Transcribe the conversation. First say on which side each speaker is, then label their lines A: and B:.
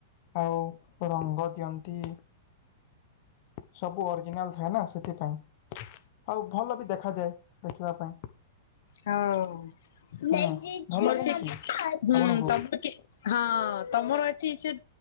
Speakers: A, on the left; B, on the left.
A: ଆଉ ରଙ୍ଗ ଦିଅନ୍ତି ସବୁ ଅରିଜିନାଲ ଥାଏ ନା ସେଥିପାଇଁ। ଆଉ ଭଲ ବି ଦେଖାଯାଏ ଦେଖିବା ପାଇଁ।
B: ହଁ ନେଇ
A: ହୁଁ
B: ତମର
A: ଭଲ ଲାଗେନି
B: <unintelligible>
A: କି ଆପଣଙ୍କୁ
B: ହଁ ତମର ଏଠି ସେ